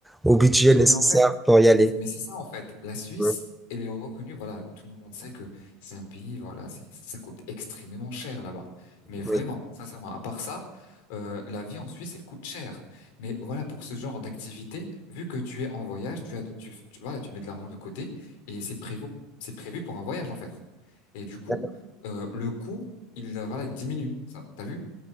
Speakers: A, in the centre; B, on the left.
A: au budget
B: Mais,
A: nécessaire
B: mais en fait,
A: pour y
B: mais,
A: aller.
B: mais c'est ça en fait. La Suisse,
A: Oui,
B: elle est reconnue. Voilà, tout le monde sait que c'est un pays. Voilà, c'est- ça coûte extrêmement cher là-bas. Mais vraiment,
A: oui.
B: sincèrement, à part ça, euh, la vie en Suisse, elle coûte cher. Mais voilà, pour ce genre d'activité, vu que tu es en voyage, tu as, tu, tu- voilà, tu mets de l'argent de côté et c'est prévu, c'est prévu pour un voyage en fait. Et du coup,
A: d'accord,
B: euh, le coût, il, euh, voilà, il diminue. Ça, t'as vu?